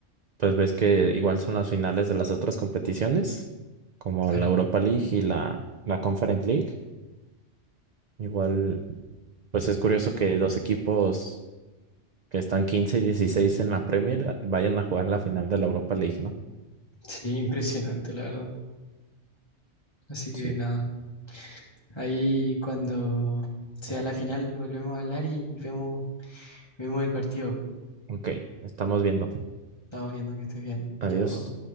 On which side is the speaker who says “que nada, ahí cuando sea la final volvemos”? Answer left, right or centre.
Left